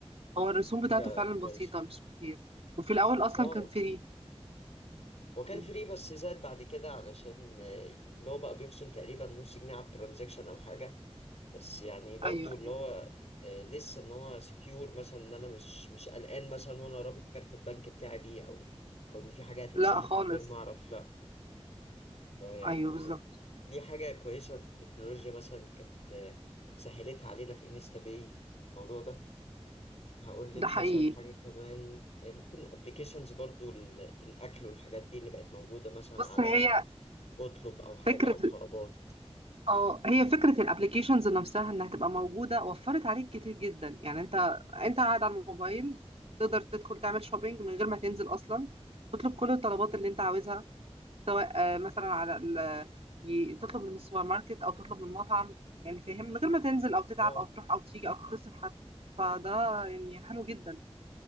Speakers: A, on the right; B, on the left.
A: هو الرسوم بتاعته
B: حاجة
A: فعلا
B: كويسة
A: بسيطة مش كتير وفي الأول أصلا
B: اه
A: كان فري
B: وكان
A: مم.
B: فري بس زاد بعد كده علشان آه، اللي هو بقى بيخصم تقريبا نص جنيه على الترانزاكشن او حاجه بس يعني برضو
A: أيوه
B: اللي
A: أيوه
B: هو آه، لسه ان هو سكيور مثلا ان انا مش مش قلقان مثلا وانا رابط كارت البنك بتاعي بيه او او ان في حاجه هتتسحب
A: لا خالص
B: من غير ما اعرف لا يعني
A: أيوه بالظبط
B: دي حاجه كويسه التكنولوجيا مثلا كانت آه، سهلتها علينا في انستا باي في الموضوع ده هقول
A: ده
B: لك
A: حقيقي
B: مثلا حاجه كمان آه، ممكن ابلكيشنز برضو ال- الاكل والحاجات دي اللي بقت موجوده مثلا
A: بص
B: على
A: هي
B: اطلب او حاجه
A: فكرة
B: او طلبات
A: اه هي فكرة الابليكيشنز نفسها انها تبقى موجودة وفرت عليك كتير جدا يعني انت انت قاعد على الموبايل تقدر تدخل تعمل شوبينج من غير ما تنزل اصلا تطلب كل الطلبات اللي انت عاوزها سواء آه، مثلا على ال... ي- تطلب من السوبر ماركت او تطلب من مطعم يعني فاهم من غير ما تنزل او تتعب
B: اه
A: او تروح او تيجي او تتصل حتى فده يعني حلو جدا